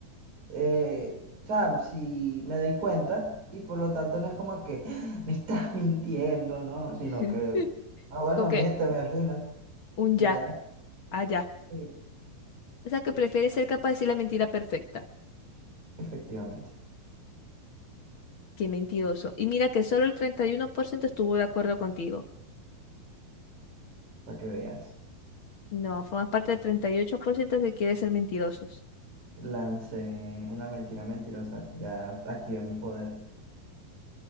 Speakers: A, on the right; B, on the left.
A: eh, o sea, si me doy cuenta y por lo tanto no es como que "Ah, me estás mintiendo, ¿no? Sino
B: <laughs>
A: que, ah, bueno,
B: Como
A: miénteme,
B: que
A: fina,
B: un
A: y
B: ya,
A: ya.
B: allá.
A: Sí,
B: O sea, que prefieres ser capaz de decir la mentira perfecta.
A: efectivamente,
B: Qué mentiroso. Y mira que solo el 31% estuvo de acuerdo contigo.
A: para que veas.
B: No, formas parte del 38% que quiere ser mentirosos.
A: Lancé una mentira mentirosa, ya activé mi poder.